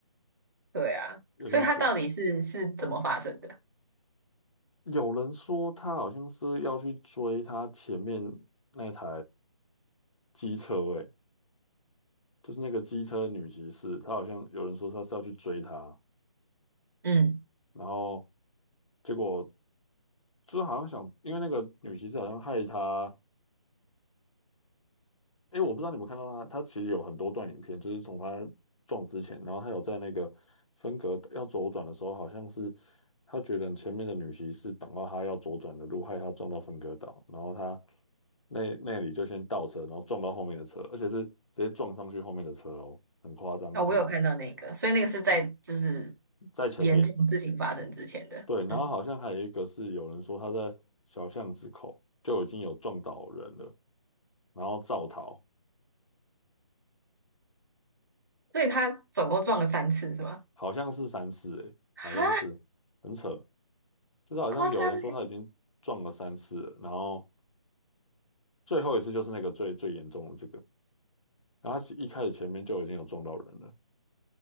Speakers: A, on the right (about 35°); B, on the left (about 60°).
A: 对啊，
B: 有点可。
A: 所以它到底是是怎么发生的？
B: 有人说他好像是要去追他前面那台机车，诶，就是那个机车女骑士，她好像有人说她是要去追他，
A: 嗯，
B: 然后结果。就是好像想，因为那个女骑士好像害他，诶，我不知道你们看到他，他其实有很多段影片，就是从他撞之前，然后他有在那个分隔要左转的时候，好像是他觉得前面的女骑士挡到他要左转的路，害他撞到分隔岛，然后他那那里就先倒车，然后撞到后面的车，而且是直接撞上去后面的车哦，很夸张的那种，
A: 啊、我有看到那个，所以那个是在就是
B: 在前面。
A: 严重事情发生之前的。
B: 对，然后好像还有一个是有人说他在小巷子口就已经有撞倒人了，
A: 嗯，
B: 然后造逃。
A: 所以他总共撞了三次是吗？
B: 好像是三次诶，
A: 哈，
B: 好像是很扯，就是好像有人说他已经撞了三次了然后
A: 夸张欸
B: 最后一次就是那个最最严重的这个，然后他一开始前面就已经有撞到人了，